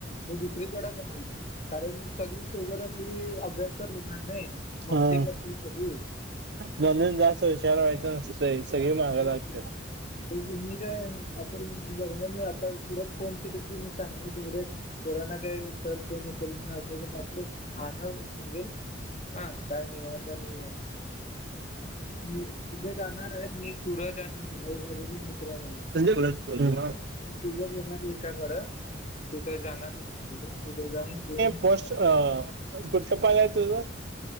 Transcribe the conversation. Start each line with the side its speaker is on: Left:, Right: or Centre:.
Left: मी दुसरीकडे <unintelligible> कारण- सगळी सोबत असल की, अभ्यास तर होणार नाही, मस्ती
Right: हा
Left: करतील सगळी.
Right: म्हणून जास्त हुशार व्हायचं, नस सगळे मागं
Left: तेच
Right: लागत्यात.
Left: की. मी काय आता बघण्याी <unintelligible> आता तलाच फोन केले तुी <unintelligible> बारे कोरोना काही विार कोणी के अस त्या पाणंे <unintelligible> हा काय नाही <unintelligible> आहे मी कथे जाणार आहे मी. सूरज आणि अ <unintelligible> मित्र
Right: हम्म
Left: तुझ घेणार <unintelligible> एकाकडं- तिथं जाणार नाही उद्या जाऊन, घेऊन.
Right: <unintelligible> गुडच्या पाय आहे तुझ.